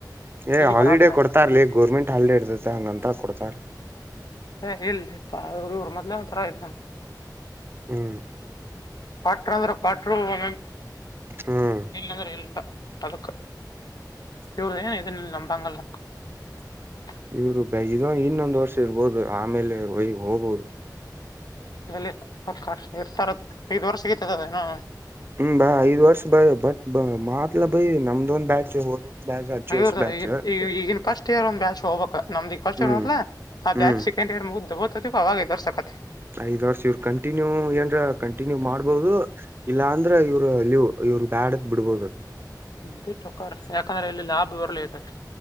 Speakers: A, on the right; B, on the left.
A: ಏ ಹಾಲಿಡೇ
B: ಬರಾತ್ನ
A: ಕೊಡ್ತಾರಲಿ ಗೋರ್ಮೆಂಟ್ ಹಾಲಿಡೇ ಇರ್ತತೆ ಹಂಗಂತ ಕೊಡುತ್ತಾರೆ
B: ಏ ಇಲ್ಲಿ ಇವ್ರ ಮೊದ್ೇ ಒಂಥರ ಇ <unintelligible>
A: ಹ್ಮ್
B: ಕಾಟ್ರ ಅಂದ್ರೆ ಕಾಟ್ರು ಒೆ
A: ಹ್ಮ್
B: ಇಲ್ ಅಂದ್ರೆ ಎಲ್ಸ <unintelligible> ಅಳಕ ಇವರು ಏ ಎ ನಂಬಾಂಗಲ್ಲ <unintelligible>
A: ಇವರು ಬ ಇಾಗ ಇನ್ನೊಂದು್ ವರ್ಷ ಇರ್ಬೋದು ಆಮೇಲೆ ಹೋಗ್ಬಹುದು
B: ಅಲ್ಲಿ ಎ ಸ ದ್ ವರ್ ಸಿಗತದದ <unintelligible>
A: ಹ್ಮ್ ಬ ಐದ್ ವರ್ಷ ಬೈ ಬಟ್ ಮಾತ್ಲ ಬೈ ನಮ್ದೊಂದ್ ಬ್ಯಾಚ್ ಹೋದ ಬ್ಯಾಚ್ ಹಚ್ಚ
B: ಹದ
A: ವರ್ಷ ಬ್ಯಾಚ್
B: ಈಗ ಈಗಿನ ಫಸ್ಟ್ ಇಯರ್ ಒಂದ್ ಬ್ಯಾಚ್ ಹೋಗ ನಮ್ದಿ ಫಸ್ಟ್
A: ಹ್ಮ್
B: ಹೋದಲ ಅದ
A: ಹ್ಮ್
B: ಯ್ ಸೆಂಡ್ ಇಯ ಮುಗ್ದಬತ ಅದಕ್ಕ ಅವಾಗ ಎದುರ್ಸಕತ್ತೆ <unintelligible>
A: ಐದ್ ವರ್ಷ ಇವರು ಕಂಟಿನ್ಯೂ ಏನ್ರ ಕಂಟಿನ್ಯೂ ಮಾಡ್ಬಹುದು ಇಲ್ಲ ಅಂದ್ರ ಇವ್ರು ಅಲ್ಲಿವು್ ಇವ್ರ ಬ್ಯಾಡದ್ ಬಿಡ್ಬೋದತ್
B: ಬಿಟ್ಟ ಒಕ್ಕರ್ ಯಾಕಂದ್ರೆ ಇಲ್ಲಿ ಲಾಭ ಇರ್ಲಿ ತ